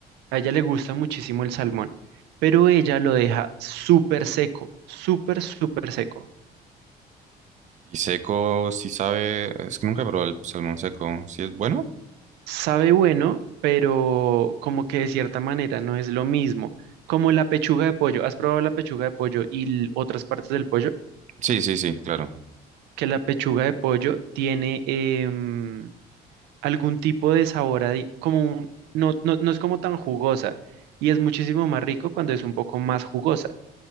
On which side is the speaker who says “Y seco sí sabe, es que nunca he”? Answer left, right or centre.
Right